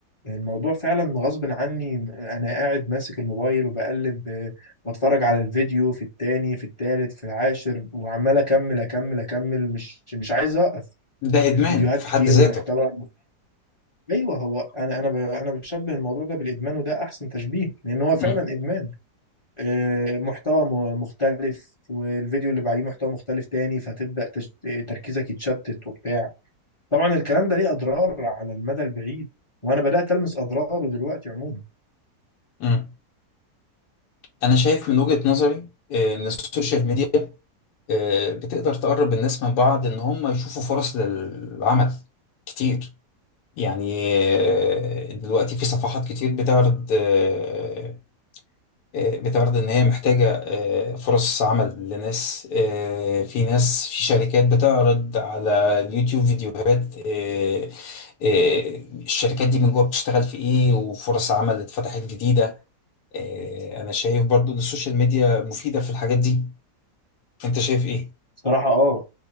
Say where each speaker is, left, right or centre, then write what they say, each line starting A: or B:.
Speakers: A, on the left; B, on the left.
A: الموضوع فعلا غصب عني انا قاعد ماسك الموبايل وبقلب آه، بتفرج على الفيديو في التاني في التالت في العاشر وعمال اكمل اكمل اكمل مش مش عايز اوقف
B: ده إدمان
A: الفيديوهات
B: في
A: كتير
B: حد ذاته
A: ومحتوى ايوه هو انا انا ب- انا بشبه الموضوع ده بالادمان وده احسن تشبيه لان هو فعلا
B: امم
A: ادمان آه، محتوى م- مختلف والفيديو اللي بعديه محتوى مختلف تاني فتبدا تش- تركيزك يتشتت وبتاع طبعا الكلام ده ليه اضرار على المدى البعيد وانا بدات المس اضراره دلوقتي عموما
B: امم انا شايف من وجهة نظري آه، ان السوشيال ميديا آه، بتقدر تقرب الناس من بعض ان هم يشوفوا فرص للعمل كتير يعني آه، دلوقتي في صفحات كتير بتعرض آه، آه، بتعرض ان هي محتاجة آه، فرص عمل لناس آه، في ناس في شركات بتعرض على اليوتيوب فيديوهات آه، آه، الشركات دي من جوه بتشتغل في ايه وفرص عمل اللي اتفتحت جديدة آه، انا شايف برضو ان السوشيال ميديا مفيدة في الحاجات دي انت شايف ايه؟
A: صراحة اه